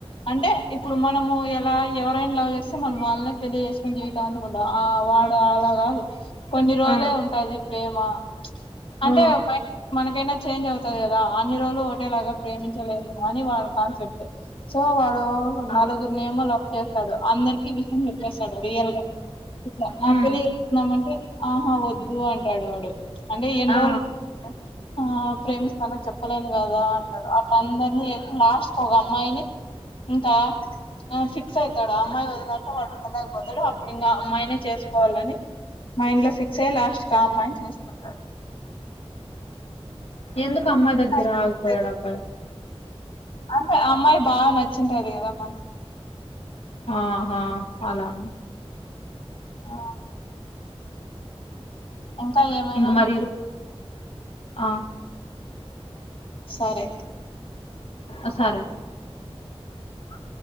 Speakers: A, on the left; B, on the left.
A: అంటే ఇప్పుడు మనము ఎలా ఎవరై లవ్ చేస్తే మనం వాళ్ళనే పెళ్లి చేేసుకుని జీవితాంతం ఉండ ఆ వాడు అలా కాదు కొన్ని రోజులే
B: ఆ
A: ఉంటది ప్రేమ అంటే
B: ఆ
A: మనకైనా చేంజ్ అవుతది కదా అన్ని రోజులు ఒకటే లాగా ప్రేమించి లేము అని వాళ్ళ కాన్సెప్ట్ సో వాళ్
B: ఆ
A: నలుగురుని ఏమో లవ్ చేస్తాడు అందరికి విష్టం లే చేస్తాడు రియల్గా ఇలా
B: ఉమ్
A: పెళ్లి చేసుకుందమంటే ఆహ వద్దు వద్దు అంటాడు వాడు అంటే ఏన్
B: ఆ
A: రోల్ ఆ ప్రేమిస్తన చెప్ చెప్పలేను కదా అంటాడు అట్ల అందరినీ లాస్ట్ క ఒక అమ్మాయిని ఇంకా ఫిక్స్ అవుతాడు ఆ అమ్మాయి వదిలాక వాడు ఉండలేకపోతాడు అప్పుడు ఇంకా అమ్మాయిని చేసుకోవాలని మైండ్ లో ఫిక్స్ అయి లాస్ట్ క ఆ అమ్మాయిని చేసుకుంటాడు
B: ఎందుకు అమ్మాయి దగ్గర
A: ఇంకా ఇంతమంది
B: ఆగిపోయాడు
A: తెలుసు
B: అబ్బాయి
A: అంటే అమ్మాయి బాగా నచ్చింటది కదా మంచ్
B: ఆహా అలానా
A: అ <inaudible> ఇంకా ఏమైనా
B: ఇంక మరి ఆ
A: సరే అయితే
B: అసారా
A: అ